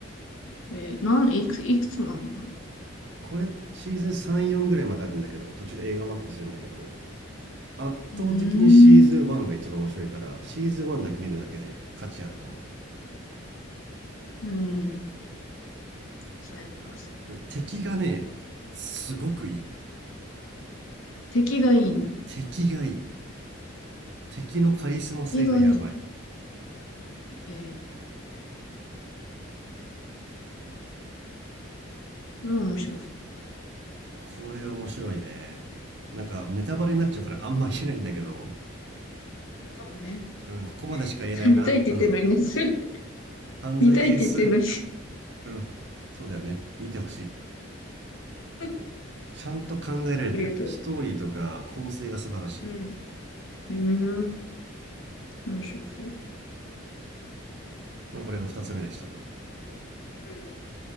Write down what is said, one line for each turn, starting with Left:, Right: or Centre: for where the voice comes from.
Left: えーなん、いくつ、いくつもあるのかな
Right: これシーズン34ぐらいまであるんだけど途中で映画待ったりするんだけど圧倒的にシーズン1が一番面白いからシーズン1だけ見るだけで価値あると思う
Left: うーん。うん。サイコパス。
Right: これ敵がね、すごくいい。
Left: 敵がいいの。
Right: 敵がいい。敵のカリスマ性がやばい。
Left: 敵がいい。えーそれは面白そう。
Right: これ面白いね。なんかネタバレになっちゃうからあんま言えないんだけど、
Left: そうね。<laughs>
Right: うん、ここまでしか言えないな。
Left: 見たいって言ってんのにね。
Right: うん。
Left: <laughs>
Right: 犯罪係数、
Left: 見たいって言ってんのに
Right: うん。そうだよね。見てほしい。
Left: <laughs>
Right: ちゃんと考えられてる。
Left: ありがとう。
Right: ストーリーとか構成が素晴らしい。
Left: うん。うーん。面白そう。
Right: まあ、これが二つ目でしたと。
Left: うん。